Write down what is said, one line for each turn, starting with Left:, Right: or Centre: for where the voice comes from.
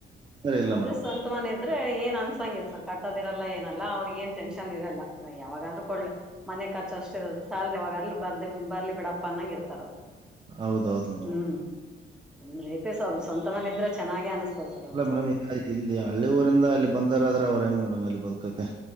Right: ಸರಿ ಇಲ್ಲ
Centre: ಅ
Right: ಮೇಡಮ್
Centre: ಸ್ವಂತ ಮನೆ ಇದ್ರೆ. ಏನ್ ಅನ್ಸಂಗಿಲ್ಲ ಸರ್ ಕಟ್ಟೋದಿರಲ್ಲ ಏನಲ್ಲ ಅವ್ರಗ ಏನ್ ಟೆನ್ಷನ್ ಇರಲ್ಲ ಯಾವಾಗಾದ್ರೂ ಕೊಡ್ ಮನೆ. ಕರ್ಚು ಅಷ್ಟಿರದು ಸ್ಯಾಲ್ರಿವಾಗ ಅಲ್ಲಿ ಬರ್ದ ಬರ್ಲಿ ಬಿಡಪ್ಪ ಅಂಗ ಇರ್ತಾರ ಅವ್ರು.
Right: ಹೌದ್ದ್ ಮೇಡಮ್
Centre: ಹ್ಮ್
Right: ಹೌದ್ ಮೇಡಮ್.
Centre: ಅಂದ್ರೆ ಐತೆ ಸರ್ ಅದು ಸ್ವಂತ ಮನೆ ಇದ್ರೆ ಚೆನ್ನಾಗೆ ಅನಿಸ್ತದ ಸರ್ ಒಂದ್ ಸ್ವಲ್ಪ
Right: ಮೇಡಮ್ಗ ಇಲ್ಲಿ ಹಳ್ಳಿ ಊರಿಂದ ಅಲ್ಲಿ ಬಂದಾರ ಆದ್ರೆ ಅವ್ರ. ಮೇಡಮ ಅಲ್ಲಿ ಬದುಕಕ್ಕೆ.